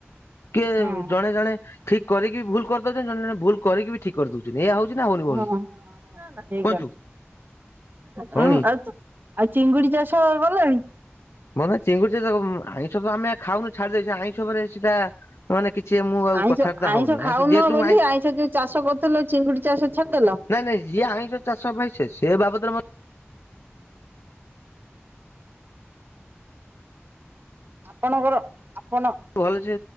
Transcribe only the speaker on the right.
ହଁ
ହଁ
ହଁ ଠିକ
ଉଁ
ଆଉ ଆଉ ଚିଙ୍ଗୁଡି ଚାଷ କଲଣି?
ଆଇଁଷ
ଆଇଁଷ
ଖାଉନ
ବୋଲି
ଆଇଁଷ ଯୋଉ ଚାଷ କରୁଥିଲ ଚିଙ୍ଗୁଡି ଚାଷ ଛାଡିଦେଲ।
ଆପଣଙ୍କର ଆପଣ